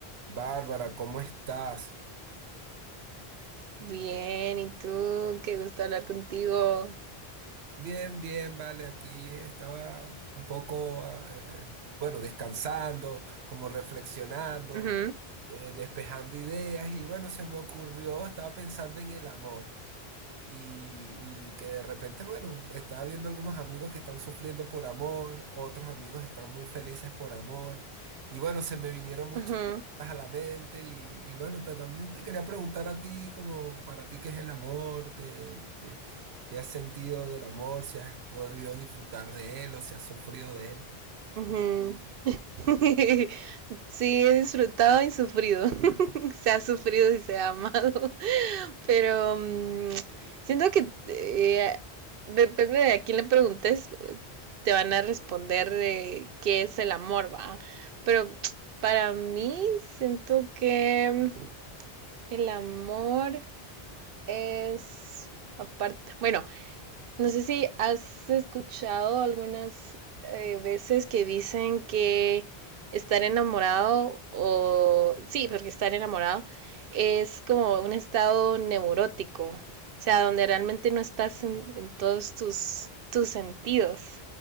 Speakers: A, on the right; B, on the right.
A: Bárbara, ¿cómo estás?
B: Bien, ¿y tú? Qué gusto hablar contigo.
A: Bien, bien, vale, aquí estaba un poco, ah, eh, bueno, descansando, como reflexionando,
B: Ujú,
A: eh, despejando ideas y bueno, se me ocurrió, estaba pensando en el amor. y y que de repente, bueno, estaba viendo algunos amigos que están sufriendo por amor, otros amigos están muy felices por amor, y bueno, se me vinieron muchas
B: ujú,
A: cosas a la mente, y, y bueno, ta- también te quería preguntar a ti, como para ti, ¿qué es el amor? ¿Qué, qué- qué has sentido del amor? ¿Si has podido disfrutar de él o si has sufrido de él?
B: ujú. <laughs> Sí, he disfrutado y sufrido. <laughs> Se ha sufrido y se ha amado. <laughs> Pero mm, siento que eh, depende de a quién le preguntes, te van a responder de qué es el amor, va. Pero <tsk> para mí siento que el amor es aparte. Bueno, No sé si has escuchado algunas eh, veces que dicen que estar enamorado o... Sí, porque estar enamorado es como un estado neurótico, o sea, donde realmente no estás en, en todos tus, tus sentidos.